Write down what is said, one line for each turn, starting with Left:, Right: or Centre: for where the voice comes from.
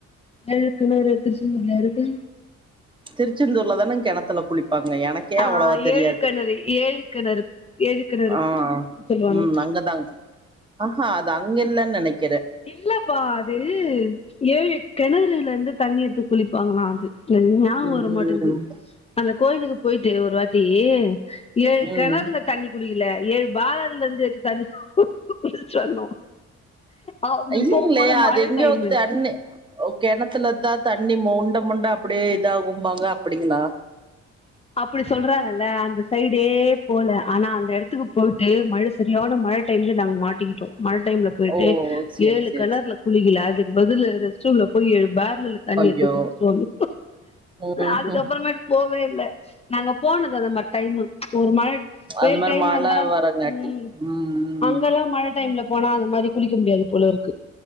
Left: ஏழு கிணறு திருச்செந்தூர்லயா இருக்கு
Right: திருச்செந்தூர்ல தானங்க கிணத்துல குளிப்பாங்க எனக்கே
Left: ஆ
Right: அவ்வளவா தெரியாது
Left: ஏழு கிணறு ஏழு கிணறு ஏழு கிணறு
Right: ஆ
Left: சொல்லுவாங்க
Right: ம் அங்கதான்ங் ஆஹா அது அங்க இல்லன்னு நினைக்
Left: இல்லப்பா அது ஏழு கிணறுல இருந்து தண்ணி எத்து குளிப்பாங்களா அது இ ஞாபகம்
Right: ம்
Left: வர மாட்டுக்குது அந்த கோயிலுக்கு போயிட்டு ஒரு வாட்டி ஏழு
Right: ம்
Left: கிணறுல தண்ணி குடிக்கல ஏழு பாலர்ல இருந்து எ தண்ணி குளிச்சுட்டு வந்தோ அது
Right: இல்லைங்களே
Left: போகும்போது
Right: அது
Left: மழை
Right: எங்யோத்தண்ணு
Left: டைம்
Right: கிணத்துலதான் தண்ணி மொண்ட மொண்ட அப்டியே இதா ஆகும்பாங்க அப்படிங்களா
Left: அப்படி சொல்றாங்கல்ல அந்த சைடே போல ஆனா அந்த எடத்துக்கு போயிட்டு மழ சரியான ம மழ டைம்ல நாங்க மாட்டிக்கிட்டோ மழை டைம்ல போயிட்டு
Right: ஓ சேரி
Left: ஏழு
Right: சேரி
Left: கிணறு
Right: சேரி
Left: ல குளிக்கல அதுக்கு பதில் ரெஸ்ட் ரூம்ல போய் ஏழு பேர் ல தண்ணி
Right: ஐயோ
Left: எத்து குளிச்சுட்டு வந்தோ
Right: ம்ஹும்
Left: அதுக்கப்புறமேட்டு போவே இல்ல நாங்க போனத அது மாதிரி டைம்மு ஒரு மழை
Right: அது
Left: வேல்
Right: மாரி
Left: டைமா
Right: மழ
Left: இருந்தா
Right: வரங்காட்டி
Left: ம்
Right: ம் ம்
Left: அங்கல்லா மழ டைம்ல போனா அந்த மாரி குளிக்க முடியாது போலருக்கு